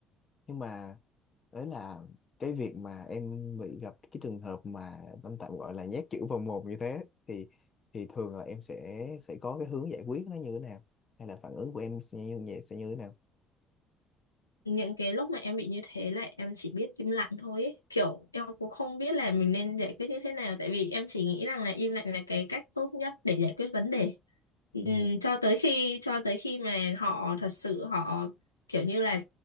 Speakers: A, on the left; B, on the left.
A: nhưng mà đấy là cái việc mà em bị gặp cái trường hợp mà anh tạm gọi là nhét chữ vào mồm như thế thì thì thường là em sẽ sẽ có cái hướng giải quyết nó như thế nào hay là phản ứng của em sẽ như, sẽ như thế nào
B: những cái lúc mà em bị như thế là em chỉ biết im lặng thôi ấy. Kiểu em cũng không biết là mình nên giải quyết như thế nào tại vì em chỉ nghĩ rằng là im lặng là cái cách tốt nhất để giải quyết vấn đề Ừm,
A: ừ
B: cho tới khi cho tới khi mà họ thật sự họ kiểu như là